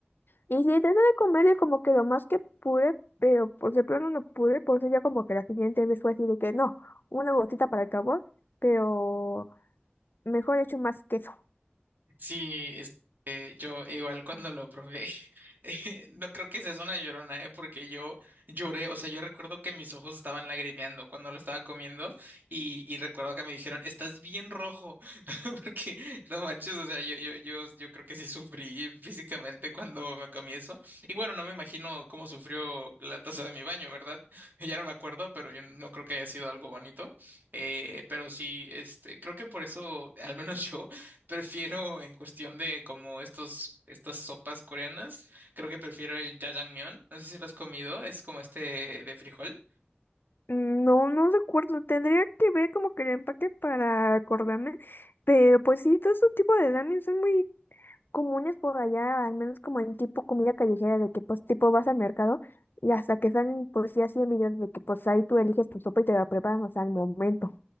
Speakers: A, on the left; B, on the right.
A: Y sí, traté de comerle como que lo más que pude, pero pues de plano no pude, por eso ya como que la siguiente vez fue así de que no, una gotita para el sabor, pero mejor hecho más queso.
B: Sí, este, yo igual cuando lo probé, <laughs> eh, no creo que sea una llorona, eh, porque yo lloré, o sea, yo recuerdo que mis ojos estaban lagrimeando cuando lo estaba comiendo y, y recuerdo que me dijeron, estás bien rojo, <laughs> porque no manches, o sea, yo, yo, yo, yo creo que sí sufrí físicamente cuando me comí eso. Y bueno, no me imagino cómo sufrió la taza de mi baño, ¿verdad? <laughs> Ya no me acuerdo, pero yo no creo que haya sido algo bonito. Eh, pero sí, este, creo que por eso, al menos yo Prefiero en cuestión de como estos, estas sopas coreanas, creo que prefiero el jajangmyeon. No sé si lo has comido, es como este de frijol.
A: Mm, No, no recuerdo, tendría que ver como que el empaque para acordarme, pero pues sí, todo ese tipo de ramen son muy comunes por allá, al menos como en tipo comida callejera, de que pues tipo vas al mercado y hasta que salen pues ya 100 videos de que pues ahí tú eliges tu sopa y te la preparan, o sea, al momento.